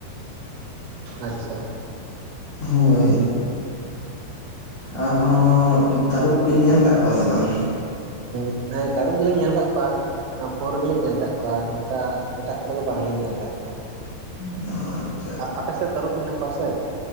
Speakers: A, on the right; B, on the left.
A: ᱟᱪᱪᱷᱟ᱾
B: ᱦᱳᱭ ᱾ ᱟᱨᱦᱚᱸ ᱛᱟᱹᱨᱩᱵ ᱵᱤᱱ ᱧᱮᱞ ᱟᱠᱟᱫ ᱠᱚᱣᱟ ᱥᱮ ᱵᱟᱝ?
A: ᱦᱮᱸ, ᱛᱟᱹᱨᱩᱯ ᱜᱮᱞᱤᱧ ᱧᱮᱞ ᱟᱠᱟᱫ ᱠᱚᱣᱟ ᱾ ᱚᱱᱟ ᱯᱷᱳᱱ ᱨᱮ ᱜᱮᱞᱤᱧ ᱧᱮᱞ ᱟᱠᱟᱫ ᱠᱚᱣᱟ, ᱚᱱᱠᱟ ᱮᱴᱟᱜ ᱠᱚᱨᱮ ᱫᱚ ᱵᱟᱝᱞᱤᱧ ᱧᱮᱞ ᱟᱠᱟᱫ ᱠᱚᱣᱟ ᱾
B: ᱟᱨ <unintelligible>
A: ᱟ ᱟ ᱟᱯᱮ ᱥᱮᱫ ᱛᱟᱹᱨᱩᱵ ᱢᱮᱱᱟᱜ ᱠᱚᱣᱟ ᱥᱮ?